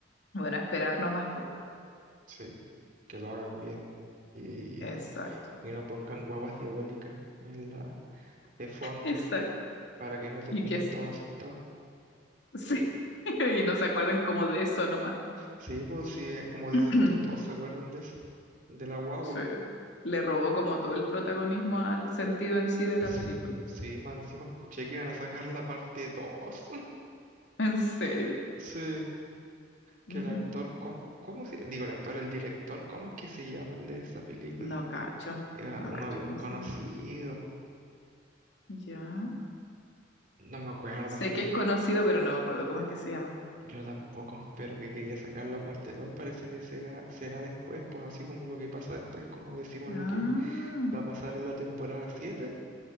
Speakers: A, on the left; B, on the right.
A: Bueno, esperar nomás, pues.
B: Sí, que lo hagan bien y,
A: Exacto,
B: y que no pongan guaguas diabólicas en la de fondo.
A: exacto.
B: para que no terminen
A: Y que s-
B: todos asustados.
A: sí. <laughs> Y no se acuerden como de eso nomás.
B: Sí, pues sí, eh, como dices
A: <clears throat>
B: tú, todos se acuerdan de eso, de la guagua.
A: Sí. Le robó como todo el protagonismo al sentido en sí de la
B: S-
A: película.
B: Sí, más encima escuché que iban a sacar la parte dos <laughs>
A: En serio.
B: Sí, que
A: Mm.
B: el actor, ¿cómo? ¿Cómo se...? Digo, el actor, el director, ¿cómo es que se llama el de esa película?
A: No cacho,
B: Era
A: no
B: uno
A: cacho
B: bien
A: cómo
B: conocido.
A: se llama. Ya.
B: No me acuerdo,
A: Sé que es conocido, pero no me acuerdo cómo es que se llama.
B: yo tampoco, pero que quería sacar la parte 2 parece que será, será después, pues así como lo que pasa después, como decimos
A: Ah,
B: lo que va a pasar en la temporada 7